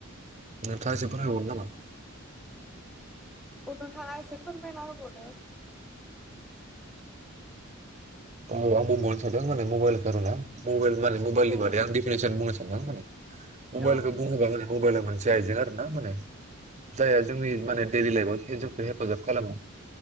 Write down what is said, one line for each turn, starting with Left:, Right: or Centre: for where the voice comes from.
Right: नोंथाङा एसे फोरमायबावनो नामा?
Centre: औ नोंथाङा एसे फोरमायना होबावदो,
Right: औ आं बुंबावनो सानदों माने मबाइल खार'ना मबाइल माने मबाइलनि
Centre: औ
Right: बारै आं डिफिनेसन बुंनो सानदों माने, मबाइलखौ
Centre: औ
Right: बुङोबा मोने मबाइला मोनसे आइजें आरो ना माने जायहा जोंनि माने दैडलि लाइफआव जोंखौ हेफाजाब खालामो